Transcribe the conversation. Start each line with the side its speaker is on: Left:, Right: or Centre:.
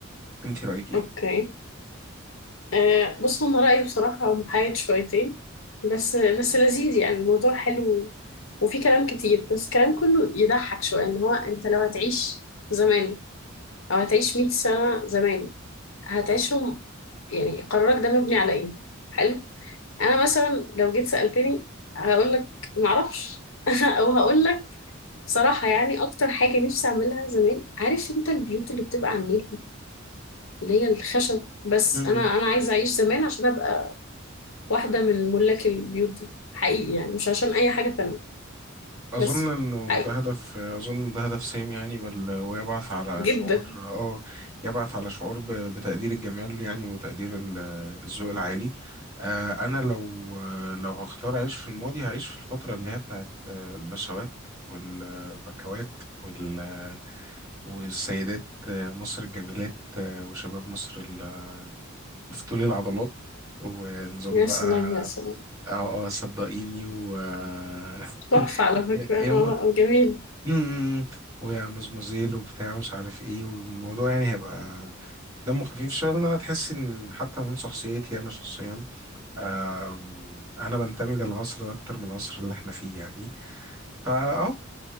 Right: أنت رأيك إيه؟
Left: اوكي آه بص هو رأيي بصراحة محايد شويتين بس بس لذيذ يعني الموضوع حلو وفي كلام كتير بس الكلام كله يضحك شوية ان هو انت لو هتعيش زمان او هتعيش 100 سنة زمان هتعيشهم يعني قرارك ده مبني على ايه حلو انا مثلا لو جيت سألتني هقول لك معرفش <laughs> او هقول لك صراحة يعني اكتر حاجة نفسي اعملها زمان عارف انت البيوت اللي بتبقى على النيل اللي هي الخشب بس
Right: <laughs>
Left: انا انا عايزه اعيش زمان عشان ابقى واحده من ملاك البيوت دي حقيقي يعني مش عشان اي حاجه تانية
Right: أظن
Left: بس
Right: إنه
Left: حقيقي
Right: ده هدف أظن ده هدف سامي يعني بل ويبعث على
Left: جدا
Right: شعور آه يبعث على شعور ب- بتقدير الجمال يعني وتقدير ال- الذوق العالي آه أنا لو لو هختار أعيش في الماضي هعيش في الفترة اللي هي بتاعت آه، البشوات والبكوات وال والسيدات آه، مصر الجميلات آه، وشباب مصر ال- مفتولي العضلات ونظام
Left: <laughs> يا
Right: بقى
Left: سلام يا سلام
Right: اه اه صدقيني و <laughs>
Left: تحفه على فكره
Right: يوم
Left: اه لا جميل
Right: امم ويا مزمزيل وبتاع مش عارف ايه والموضوع يعني هيبقى دمه خفيف شويه لان انا تحس ان حتى من شخصيتي انا شخصيا آم، انا بنتمي للعصر ده اكتر من العصر اللي احنا فيه يعني فاه آه،